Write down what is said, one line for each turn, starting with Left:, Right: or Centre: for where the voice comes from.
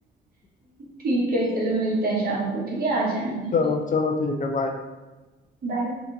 Right: ठीक है चलो मिलते हैं शाम को ठीक है आ जाना घर
Left: चलो
Right: पे
Left: चलो ठीक है बाय
Right: बाय